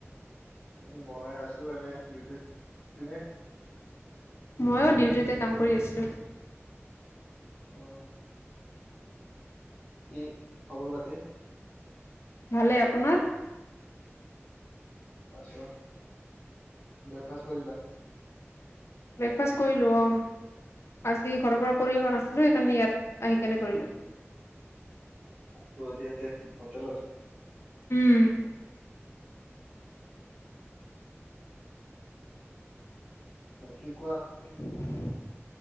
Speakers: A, on the left; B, on the left.
A: উ, মই আছো এনে ডিউটিত। তুমি?
B: ময়ো ডিউটিতে কাম কৰি আছিলো।
A: অ। কি খবৰ পাতি?
B: ভালে। আপোনাৰ?
A: আছো। ব্ৰেকফাষ্ট কৰিলা?
B: ব্ৰেকফাষ্ট কৰিলো অ। আজি ঘৰৰ পৰা কৰি অহা নাছিলো, সেইকাৰণে ইয়াত আহি কেনে কৰিলো।
A: ক'ত ইয়াতে হোটেলত?
B: উম।
A: বাকী কি কোৱা?
B: <inaudible>